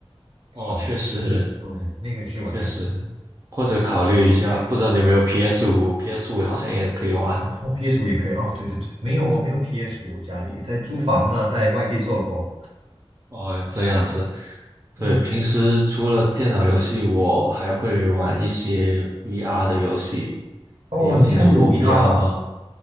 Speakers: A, on the right (about 70°); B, on the right (about 30°).
A: 跑，
B: 哦，确实
A: 嗯，那个是我担心。
B: 确实，或者考虑一下，不知道你有没有 PS 五？PS 五好像也可以玩
A: 哦 p s 五也可以哦，对对对，没有，我没有 p s 五，家里在租房呢，在外地做工。
B: 哦，这样子。
A: 嗯，
B: 对，平时除了电脑游戏，我还会玩一些 VR 的游戏。
A: 哦，
B: 你有听说过
A: 你家里有 VR
B: VR
A: 啊？
B: 吗？